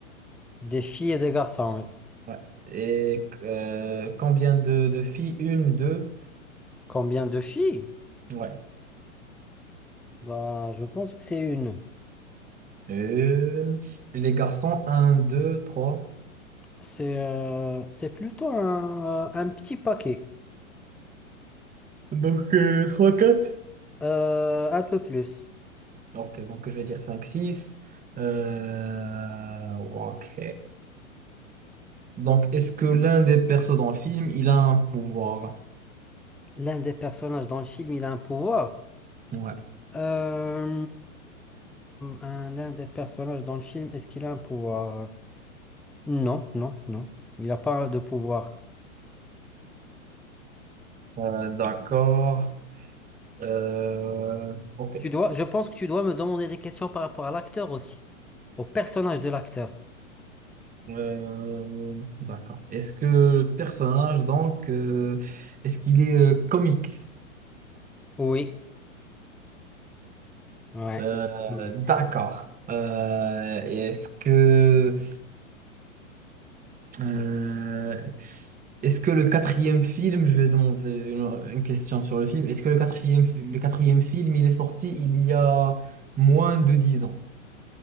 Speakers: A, in the centre; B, on the right (about 20°).
A: Des filles et des garçons, oui.
B: Ouais. Et euh, combien de, de filles? Une, deux.
A: Combien de filles?
B: Ouais.
A: Bah, je pense que c'est une.
B: Une. Les garçons, un, deux, trois.
A: C'est euh, c'est plutôt un, euh, un petit paquet,
B: Donc, euh, 3-4.
A: Euh, un peu plus.
B: Ok, donc je vais dire 5, 6. Euh, ok. Donc, est-ce que l'un des persos dans le film, il a un pouvoir?
A: L'un des personnages dans le film, il a un pouvoir.
B: Ouais.
A: Euh, un- l'un des personnages dans le film, est-ce qu'il a un pouvoir? Non, non, non. Il n'a pas de pouvoir.
B: Euh, d'accord. Euh, ok.
A: Tu dois, je pense que tu dois me demander des questions par rapport à l'acteur aussi, au personnage de l'acteur.
B: Euh, d'accord. Est-ce que le personnage, donc, euh, est-ce qu'il est euh, comique?
A: Oui, ouais.
B: Euh,
A: Oui.
B: d'accord. Euh, et est-ce que, euh, est-ce que le quatrième film, je vais demander une, une question sur le film, est-ce que le quatrième, fi- le quatrième film, il est sorti il y a moins de 10 ans?